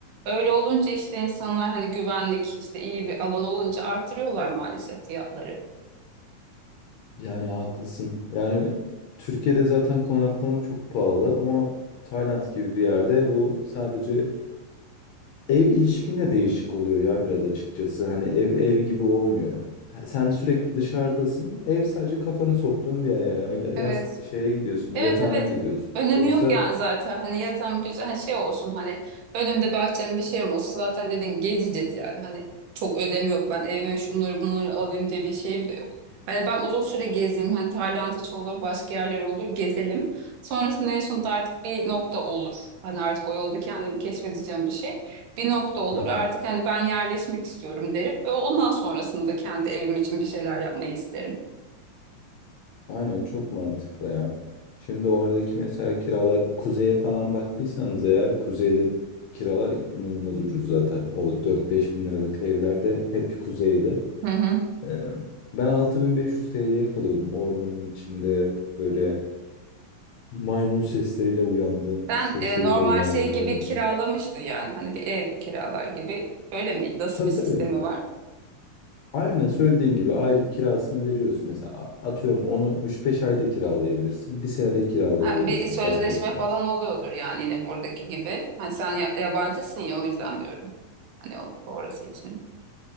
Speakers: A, on the right; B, on the left.
A: Öyle olunca işte insanlar hani güvenlik işte iyi bir alan olunca artırıyorlar maalesef fiyatları.
B: Yani haklısın. Yani Türkiye'de zaten konaklama çok pahalı ama Tayland gibi bir yerde bu sadece ev ilişkinde değişik oluyor ya biraz açıkçası. Hani ev ev gibi olmuyor. Ha, Sen sürekli dışarıdasın. Ev sadece kafanı soktuğun bir yer yani. O ya- Yas
A: Evet.
B: şeye gidiyorsun,
A: Evet
B: yatağına
A: evet.
B: gidiyorsun.
A: Önemi
B: Yoksa
A: yok yani zaten. Hani yatağım güzel hani şey olsun hani önümde bahçem bir şeyim olsa zaten dedin gezeceğiz yani. Hani çok önemi yok. Ben evime şunları bunları alayım diye bir şeyim de yok. Hani ben uzun süre gezeyim. Hani Tayland hiç olur, başka yerler olur, gezelim. Sonrasında en sonunda artık bir nokta olur. Hani artık o yolda kendimi keşfedeceğim bir şey. Bir nokta olur.
B: <laughs>
A: Artık hani ben yerleşmek istiyorum derim. Ve Ondan sonrasında kendi evim için bir şeyler yapmayı isterim.
B: Aynen çok mantıklı ya. Şimdi oradaki mesela kiralar kuzeye falan baktıysanız eğer kuzeyde kiralar inanılmaz ucuz zaten. O dört beş bin liralık evlerde hep kuzeyde.
A: Hı hı.
B: Ee, ben 6500 TL'ye kalıyordum ormanın içinde böyle maymun sesleriyle uyandığım,
A: Sen
B: kuş sesleriyle
A: e, normal
B: uyandığım
A: şey gibi
B: bir yerde.
A: kiralamıştın yani hani bir ev kiralar gibi öyle mi? Nasıl
B: Tabii
A: bir sistemi
B: tabii.
A: var?
B: Aynen söylediğin gibi aylık kirasını veriyorsun. Mesela atıyorum onu üç beş ayda kiralayabilirsin. Bir senede kiralayabilirsin
A: Ha, bir sözleşme
B: fark etmez.
A: falan oluyordur yani yine buradaki gibi. Hani sen ya- yabancısın ya o yüzden diyorum. Hani o, orası için.